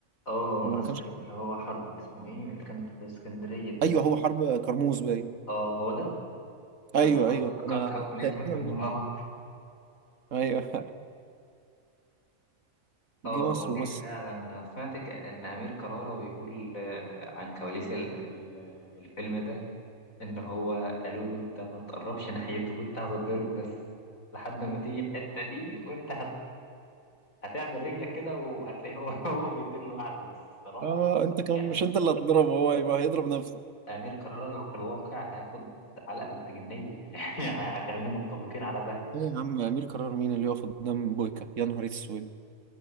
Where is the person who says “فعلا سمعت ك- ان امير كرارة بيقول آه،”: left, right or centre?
Left